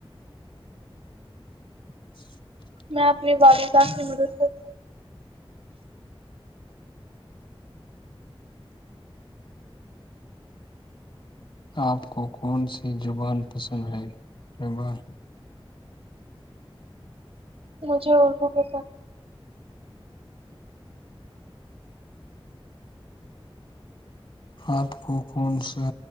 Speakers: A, on the left (about 60°); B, on the right (about 80°).
A: <inaudible>
B: میں اپنے والدان کی مدد کرتی
A: آپ کو کون سی زبان پسند ہے زبان
B: مجھے ا کو بے
A: آپ کو کون سا